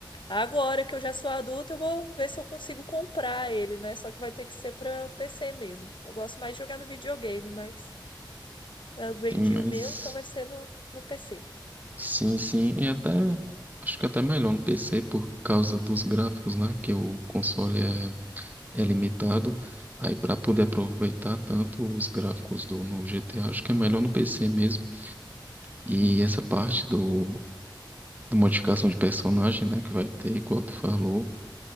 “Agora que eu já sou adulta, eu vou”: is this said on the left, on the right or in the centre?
Left